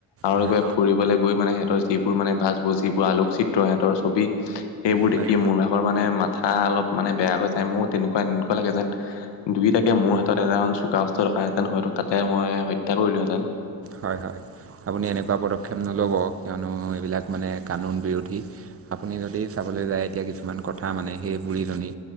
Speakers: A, on the left; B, on the right.
A: আৰু
B: হয়
A: কিবা ফুৰিবলৈ গৈ মানে সিহঁত যিবোৰ মানে ভাজবোৰ যিবোৰ আলোকচিত্ৰ সিহঁতৰ ছবি সেইবোৰ দেখি
B: হয়।
A: মোৰ ভাগৰ মানে মাথা অলপ মানে বেয়া হৈ যায় মোৰ তেনেকুৱা এনেকুৱা লাগে যেন দুইটাকে মোৰ হাতত এটা এখন চোকা অস্ত্ৰ থকা হেতেন হয়তো তাতে মই হত্যা কৰিলো হেতেন।
B: হয়, হয়, আপুনি এনেকুৱা পদক্ষেপ নল'ব কিয়নো এইবিলাক মানে কানুন বিৰোধী আপুনি যদি চাবলৈ যায় এতিয়া কিছুমান কথা মানে সেই বুঢ়ীজনী।